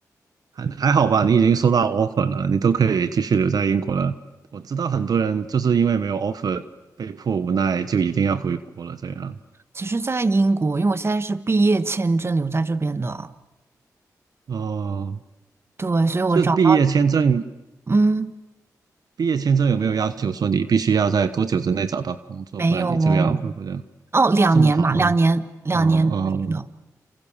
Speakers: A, on the right (about 70°); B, on the right (about 40°).
A: 还还好吧，你已经收到 offer 了，你都可以继续留在英国了。我知道很多人就是因为没有 offer，被迫无奈就一定要回国了，这样。
B: <laughs> 其实，在英国，因为我现在是毕业签证留在这边的，
A: 哦，
B: 对，所以我找到，
A: 这毕业签证，
B: 嗯，
A: 毕业签证有没有要求说你必须要在多久之内找到工作，
B: 没有哦。
A: 不然你就要会不会
B: 哦，两年嘛，
A: 这么好吗？
B: 两年，两年是的，
A: 哦哦